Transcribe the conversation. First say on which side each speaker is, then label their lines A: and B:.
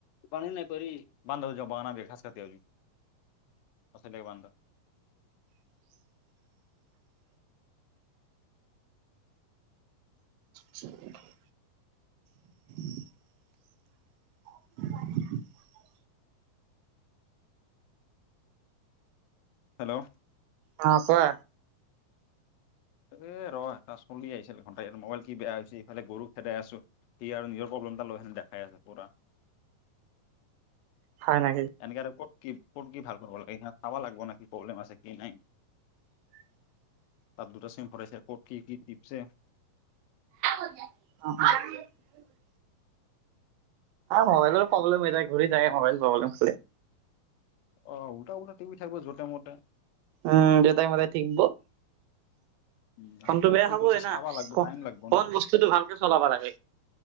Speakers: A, on the left; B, on the right.
A: পান নাই কৰি বান্ধ দ য বাগান বি খ কতি পিছলৈ বন্ধ।
B: <unintelligible> ঠিক <unintelligible> <inaudible> <inaudible>
A: হেল্ল'
B: অ কোৱা
A: এ ৰহ তটা চলি আহিছিল ঘন্টা মোবাইল কি বেয়া হৈছে ইফালে গৰু খেদাই আছো সি আৰু নিজৰ প্ৰব্ ফোন এটা লৈ আহছোন যা দেখাই আছে পুৰা।
B: হয় নকি
A: এনেকে আৰু ক'ত কি ক'ত কি ভাল কৰিব লাগে স চাবা লাগবিব ন কি প্ৰব্লেম আছে কি নাই
B: <inaudible>
A: তাত দুটা চিম ভৰাইছে ক'ত কি কি টিপছে
B: <inaudible> মোবাইলৰো প্ৰব্লেম হৈ যায় ঘূৰি যায়ে মবাইল প্ৰব্লেম
A: অ উলটা উলটা টপ থাকিব যতে মতে
B: উম, দেউতাই সদাই <unintelligible>
A: উম
B: ফোনটো
A: ক'ত
B: বেয়া
A: কি
B: হবই
A: কৰিছে
B: না
A: চাবা লাগব টাইম লাগব
B: কন
A: না
B: বস্তুতটো ভালকে চলাবা লাগে